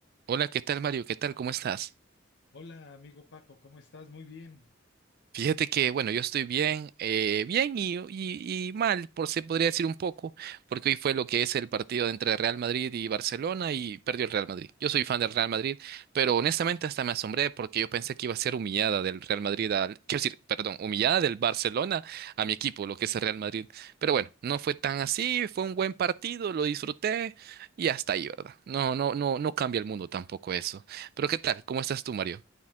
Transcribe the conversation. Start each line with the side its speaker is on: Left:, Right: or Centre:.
Right: Hola, ¿qué tal Mario? ¿Qué tal? ¿Cómo estás?
Left: Hola, amigo Paco, ¿cómo estás? Muy bien,
Right: Fíjate que, bueno, yo estoy bien, eh, bien y, y- y mal, por se podría decir un poco, porque hoy fue lo que es el partido entre Real Madrid y Barcelona y perdió el Real Madrid. Yo soy fan del Real Madrid, pero honestamente hasta me asombré porque yo pensé que iba a ser humillada del Real Madrid al, quiero decir, perdón, humillada del Barcelona a mi equipo, lo que es el Real Madrid. Pero bueno, no fue tan así, fue un buen partido, lo disfruté y hasta ahí, ¿verdad? No, no, no, no cambia el mundo tampoco eso. Pero ¿qué tal? ¿Cómo estás tú, Mario?